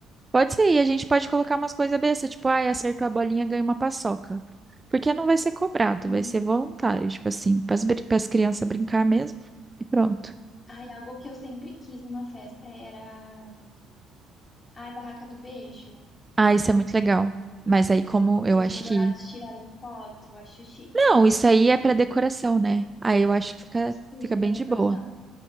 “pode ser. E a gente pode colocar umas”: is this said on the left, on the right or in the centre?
Right